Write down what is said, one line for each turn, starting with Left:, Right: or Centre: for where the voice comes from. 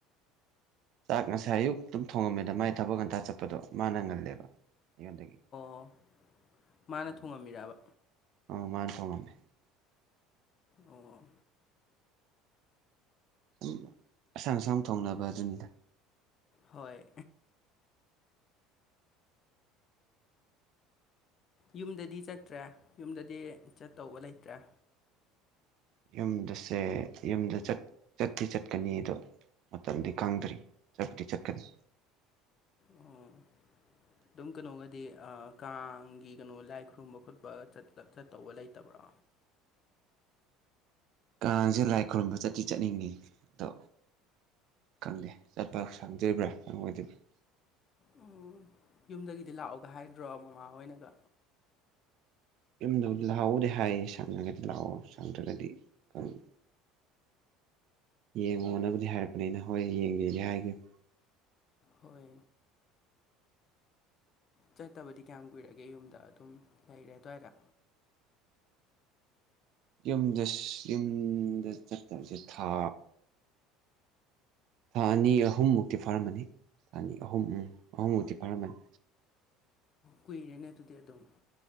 Right: ꯆꯥꯛ ꯉꯁꯥꯏ ꯑꯌꯨꯛꯛ ꯇꯨꯝ ꯊꯣꯡꯉꯝꯃꯦꯗ ꯃꯥꯏ ꯊꯕꯛ ꯉꯟꯇ ꯆꯠꯄꯗꯣ ꯃꯥꯅ ꯉꯜꯂꯦꯕ ꯑꯩꯉꯣꯟꯗꯒꯤ
Left: ꯑꯣ ꯃꯥꯅ
Right: ꯑꯗꯨꯝ
Left: ꯊꯣꯡꯉꯝꯃꯤꯔꯕ
Right: ꯑ ꯃꯥꯅ ꯊꯣꯡꯉꯝꯃꯦ
Left: ꯑꯣ
Right: ꯨꯁꯨꯝ ꯑꯁꯪ ꯑꯁꯪ ꯊꯣꯡꯅꯕꯗꯨꯅꯤꯗ
Left: ꯍꯣꯏ ꯌꯨꯝꯗꯗꯤ ꯆꯠꯇ꯭ꯔꯦ ꯌꯨꯝꯗꯗꯤ ꯆꯠꯇꯧꯕ ꯂꯩꯇ꯭ꯔꯦ
Right: ꯌꯨꯝꯗꯁꯦ ꯌꯨꯝꯗ ꯆꯠ ꯆꯠꯇꯤ ꯆꯠꯀꯅꯤ ꯑꯗꯣ ꯃꯇꯝꯗꯤ ꯀꯪꯗ꯭ꯔꯤ ꯆꯠꯄꯗꯤ ꯆꯠꯀꯅꯤ
Left: ꯑꯣ ꯑꯗꯨꯝ ꯀꯩꯅꯣꯒꯗꯤ ꯀꯥꯡꯒꯤ ꯀꯩꯅꯣ ꯂꯥꯏ ꯈꯨꯔꯨꯝꯕ ꯈꯣꯠꯄ ꯆꯠꯇꯧꯕ ꯂꯩꯇꯕ꯭ꯔꯣ
Right: ꯀꯥꯡꯁꯦ ꯂꯥꯏ ꯈꯨꯔꯨꯝꯕ ꯆꯠꯇꯤ ꯆꯠꯅꯤꯡꯉꯤ ꯑꯗꯣ ꯈꯪꯗꯦ ꯆꯠꯄꯥ ꯁꯪꯗ꯭ꯔꫭꯏꯕ꯭ꯔ ꯁꯪꯉꯣꯏꯗ꯭ꯔꯤꯕ
Left: ꯎꯝ ꯌꯨꯝꯗꯒꯤꯗꯤ ꯂꯥꯛꯑꯣꯒꯥ ꯍꯥꯏꯗ꯭ꯔꯣ ꯃꯃꯥꯍꯣꯏꯅꯒꯥ
Right: ꯌꯨꯝꯗꯕꯨꯗꯤ ꯂꯥꯛꯑꯣꯕꯨꯗꯤ ꯍꯥꯏꯌꯦ ꯁꯪꯉꯥꯒꯗꯤ ꯂꯥꯛꯑꯣ ꯁꯪꯗ꯭ꯔꯥꯒꯗꯤ <unintelligible> ꯌꯦꯡꯉꯣꯅꯕꯨꯗꯤ
Left: ꯎꯝ.
Right: ꯍꯥꯏꯔꯛꯄꯅꯤꯅ ꯍꯣꯏ ꯌꯦꯡꯒꯤꯗꯤ ꯍꯥꯏꯒꯤꯝ
Left: ꯍꯣꯏ ꯆꯠꯇꯥꯕꯗꯤ ꯀꯌꯥꯝ ꯀꯨꯏꯔꯒꯦ ꯌꯨꯝꯗꯥ ꯑꯗꯨꯝ ꯂꯩꯔꯦ ꯑꯗꯥꯏꯗ
Right: ꯌꯨꯝꯁꯦ ꯌꯨꯝꯗ ꯆꯠꯇꯥꯕꯁꯦ ꯊꯥ ꯊꯥ ꯑꯅꯤ ꯑꯍꯨꯝꯃꯨꯛꯇꯤ ꯐꯥꯔꯝꯃꯅꯤ ꯊꯥ ꯑꯅꯤ ꯑꯍꯨꯝ ꯎꯝ ꯑꯍꯨꯝꯃꯨꯛꯇꯤ ꯐꯥꯔꯝꯃꯅꯤ
Left: ꯀꯨꯏꯔꯦꯅ ꯑꯗꯨꯗꯤ ꯑꯗꯨꯝ